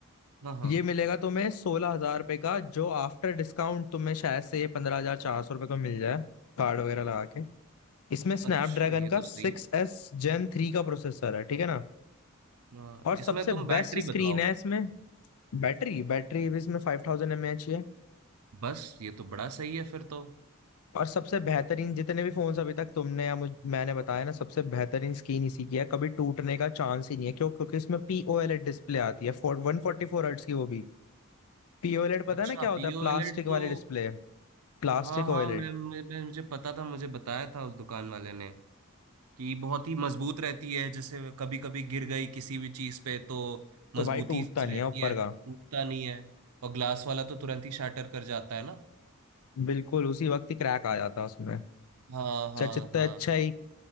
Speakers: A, on the right (about 80°); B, on the left (about 70°).
A: हाँ हाँ
B: ये मिलेगा तुम्हें सोलह हजार रुपये का जो आफ्टर डिस्काउंट तुम्हें शायद से ये पंद्रह हजार चार सौ रुपये का मिल जाए कार्ड वगैरह लगा के इसमें स्नैपड्रैगन
A: अच्छा ये
B: का
A: तो सही
B: सिक्स
A: है
B: एस जेन थ्री का प्रोसेसर है ठीक है ना
A: हाँ
B: और सबसे
A: इसमें तुम बैटरी
B: बेस्ट
A: बताओ
B: स्क्रीन है इसमें बैटरी बैटरी भी इसमें फाइव थाउजेंड एम एच है
A: बस ये तो बड़ा सही है फिर तो
B: और सबसे बेहतरीन जितने भी फोन्स अभी तक तुमने या मुझ मैंने बताया ना सबसे बेहतरीन स्क्रीन इसी की है कभी टूटने का चांस ही नहीं है क्यों क्योंकि इसमें पीओएलईडी डिस्प्ले आती है फोर वन फोर्टी फोर हर्ट्स की वो भी पीओएलईडी पता
A: अच्छा
B: है ना क्या होता
A: पीओएलएड
B: है प्लास्टिक वाली
A: तो
B: डिस्प्ले प्लास्टिक
A: हाँ
B: ओएलईडी
A: हाँ मैं, मैं, मैं मुझे पता था मुझे बताया था उस दुकान वाले ने कि बहुत ही मजबूत रहती है जैसे कभी कभी गिर गई किसी भी चीज पे तो
B: तो
A: मजबूती
B: भाई टूटता
A: रहती
B: नहीं है ऊपर
A: है
B: का
A: टूटता नहीं है और ग्लास वाला तो तुरंत ही शाटर कर जाता है ना
B: बिल्कुल उसी वक्त ही क्रैक आ जाता है उसमें
A: हाँ हाँ
B: चाहे जितना
A: हाँ
B: अच्छा ही